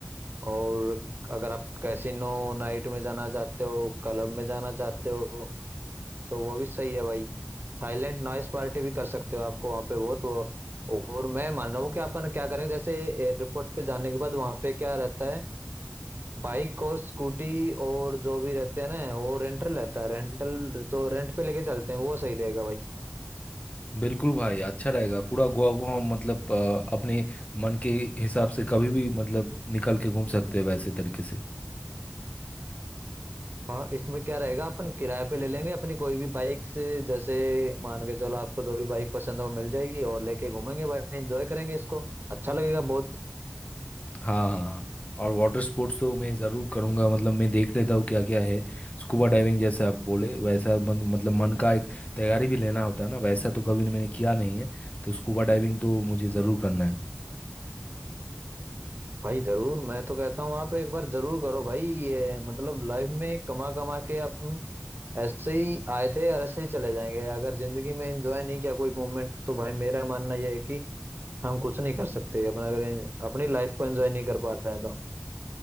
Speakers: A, on the right; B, on the left.
A: और अगर आप कैसीनो नाइट में जाना चाहते हो क्लब में जाना चाहते हो तो वो भी सही है भाई साइलेंट नॉइस पार्टी भी कर सकते हो आपको वहाँ पे बहुत वो और मैं मान रहा हूँ कि अपन क्या करेंगे जैसे एयरपोर्ट पे जाने के बाद वहाँ पे क्या रहता है बाइक और स्कूटी और जो भी रहते हैं ना वो रेंटल रहता है रेंटल तो रेंट पे लेके चलते हैं वो सही रहेगा भाई
B: बिल्कुल भाई अच्छा रहेगा पूरा गोवा को हम मतलब अ, अपने मन के हिसाब से कभी भी मतलब निकल के घूम सकते हैं वैसे तरीके से
A: हाँ इसमें क्या रहेगा अपन किराए पे ले लेंगे अपनी कोई भी बाइक से जैसे मान के चलो आपको जो भी बाइक पसंद हो मिल जाएगी और लेके घूमेंगे भाई एंजॉय करेंगे इसको अच्छा लगेगा बहुत
B: हाँ हाँ हाँ और वाटर स्पोर्ट्स तो मैं ज़रूर करूँगा मतलब मैं देख लेता हूँ क्या क्या है स्कूबा डाइविंग जैसा आप बोले वैसा मन, मतलब मन का एक तैयारी भी लेना होता है ना वैसा तो कभी मैंने किया नहीं है तो स्कूबा डाइविंग तो मुझे ज़रूर करना है
A: भाई जरूर मैं तो कहता हूँ आप एक बार जरूर करो भाई ये मतलब लाइफ में कमा कमा के अपन ऐसे ही आए थे और ऐसे ही चले जाएंगे अगर जिंदगी में एंजॉय नहीं किया कोई मोमेंट तो भाई मेरा मानना यह है कि हम कुछ नहीं कर सकते अपन अगर अपनी लाइफ को एंजॉय नहीं कर पा रहे हैं तो